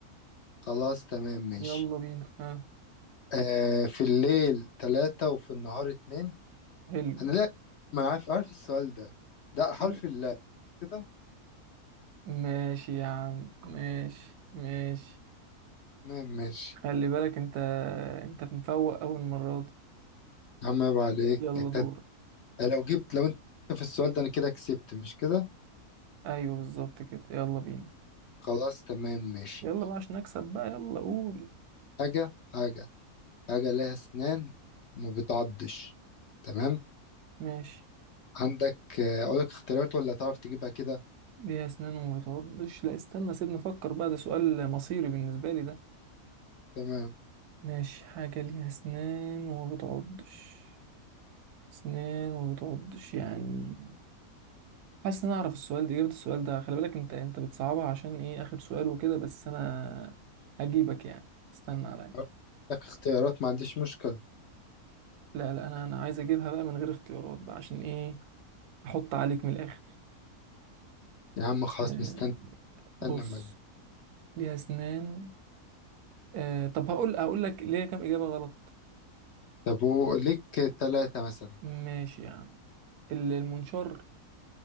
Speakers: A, on the left; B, on the right.
A: خلاص تمام ماشي
B: يلا بينا ها
A: آه في الليل ثلاثة وفي النهار اتنين
B: حلو
A: انا لا ما انا عارف عارف السؤال ده ده حرف
B: يلا.
A: اللام كده
B: ماشي يا عم ماشي ماشي
A: تمام ماشي
B: خلي بالك انت انت مفوق اول مره دي
A: يا عم عيب عليك
B: يلا
A: أنت-
B: دور
A: لو جبت لو انت في السؤال ده انا كده كسبت مش كده
B: ايوه بالظبط كده يلا بينا
A: خلاص تمام ماشي
B: يلا بقى عشان نكسب بقى يلا قول
A: حاجة حاجة حاجة لها أسنان وما بتعضش تمام
B: ماشي
A: عندك آه، أقول لك اختيارات ولا تعرف تجيبها كده
B: ليها اسنان وما بتعضش لا استنى سيبني افكر بقى ده سؤال مصيري بالنسبه لي ده
A: تمام
B: ماشي حاجة ليها أسنان وما بتعضش أسنان وما بتعضش يعني حاسس إن أنا أعرف السؤال ده إجابة السؤال ده خلي بالك أنت أنت بتصعبها عشان إيه آخر سؤال وكده بس أنا هجيبك يعني استنى عليا
A: أقول لك اختيارات ما عنديش مشكلة
B: لا لا أنا أنا عايز أجيبها بقى من غير اختيارات بقى عشان إيه أحط عليك من الآخر
A: يا عم خلاص
B: آه،
A: مستني
B: بص
A: استنى لما تجي.
B: ليها أسنان آه طب هقول هقول لك ليه كام إجابة غلط
A: طب وليك تلاتة مثلا
B: ماشي يا عم ال- المنشار